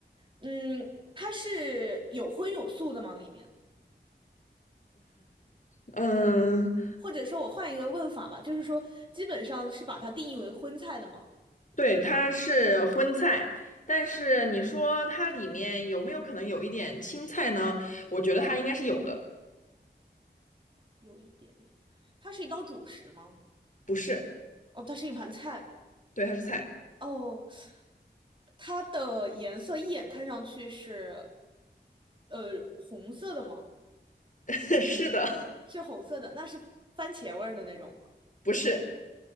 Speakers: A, on the right; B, on the left.
A: 嗯，它是有荤有素的吗？里面，
B: 嗯嗯，
A: 或者说我换一个问法吧，就是说，基本上是把它定义为荤菜的吗？
B: 对，它是荤菜，但是你说它里面有没有可能有一点青菜呢？我觉得它应该是有的，
A: 有一点点，它是一道主食吗？
B: 不是，
A: 哦，它是一盘菜。
B: 对，它是菜，
A: 哦，它的颜色一眼看上去是，呃，红色的吗？
B: <laughs> 是的，
A: 是红色的，那是番茄味儿的那种吗？
B: 不是，